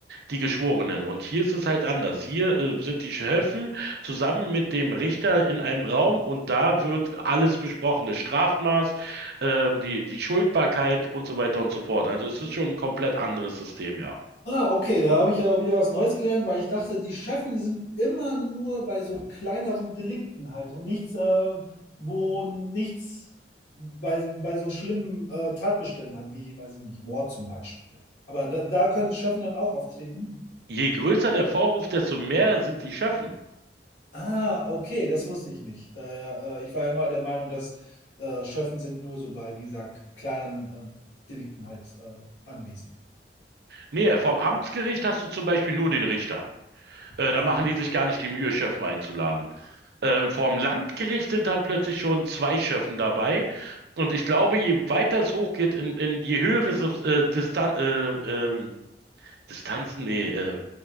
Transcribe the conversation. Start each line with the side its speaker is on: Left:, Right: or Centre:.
Right: die Geschworenen. Und hier ist es halt anders. Hier äh, sind die Schöffen zusammen mit dem Richter in einem Raum und da wird alles besprochen, das Strafmaß, ähm, die, die Schuldbarkeit und so weiter und so fort. Also es ist schon ein komplett anderes System, ja.
Left: Ah, okay, da habe ich ja wieder was Neues gelernt, weil ich dachte, die Chefen sind immer nur bei so kleineren Delikten halt und nichts, äh, wo nichts bei, bei so schlimmen äh, Tatbeständen halt, wie, weiß ich nicht, Mord zum Beispiel. Aber da, da können Chefen dann auch auftreten.
Right: Je größer der Vorwurf, desto mehr sind die Schöffen.
Left: Ah, okay, das wusste ich nicht. Daher, äh, ich war immer der Meinung, dass äh, Chefen sind nur so bei, wie gesagt, kleinen äh, Delikten halt äh, anwesend.
Right: Nee, vom Amtsgericht hast du zum Beispiel nur den Richter. Äh,
Left: Ah,
Right: da machen die sich gar nicht die Mühe, Schöffen einzuladen. Ähm, vom Landgericht sind dann plötzlich schon zwei Schöffen dabei. Und ich glaube, je weiter es hochgeht, in, in je höhere Subs- äh, Distan äh, ähm, Distanzen, nee, äh,